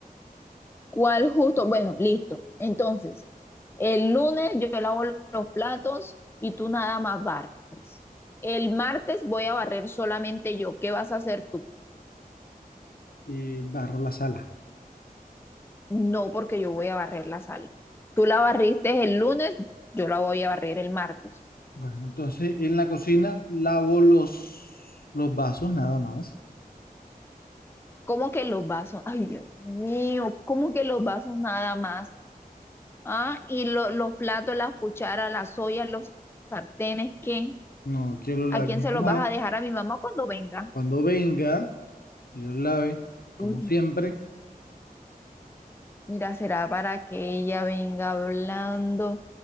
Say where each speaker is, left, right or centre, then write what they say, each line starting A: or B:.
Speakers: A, on the left; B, on the left.
A: ¿Cuál justo? Bueno, listo. Entonces, el lunes yo lavo los platos y tú nada más barres. El martes voy a barrer solamente yo. ¿Qué vas a hacer tú?
B: eh, barro la sala.
A: No, porque yo voy a barrer la sala. Tú la barriste el lunes, yo la voy a barrer el martes.
B: Bueno, entonces en la cocina lavo los, los vasos nada más.
A: ¿Cómo que los vasos? Ay, Dios mío, ¿cómo que los vasos nada más? Ah, y lo- los platos, las cucharas, las ollas, los sartenes, ¿qué?
B: No quiero la
A: ¿A quién
B: mi
A: se
B: mamá
A: los vas a dejar a mi mamá cuando venga?
B: cuando venga. y los lave, como
A: Uy,
B: siempre.
A: Mira, será para que ella venga hablando